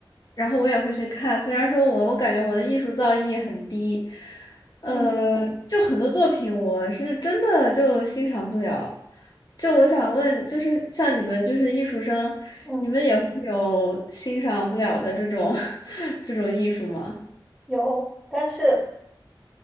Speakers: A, on the left; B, in the centre.
A: 然后我也会去看。虽然说我我感觉我的艺术造诣很低，
B: 嗯
A: 呃，就很多作品我是真的就欣赏不了。就我想问，就是像你们就是艺术生，
B: <laughs> 嗯，
A: 你们也会有欣赏不了的这种 <laughs> 这种艺术吗？
B: 有，但是。